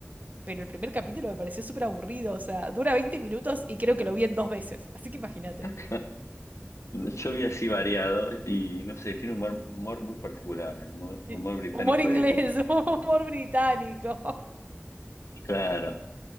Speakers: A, on the right; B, on the left.
A: pero el primer capítulo me pareció súper aburrido, o sea, dura 20 minutos y creo que lo vi en dos veces, así que imagínate.
B: <laughs> yo vi así variado y no sé, tiene un humor, humor muy particular. El humor,
A: Y
B: humor británico
A: Humor inglés,
B: es.
A: <laughs> humor británico.
B: Claro.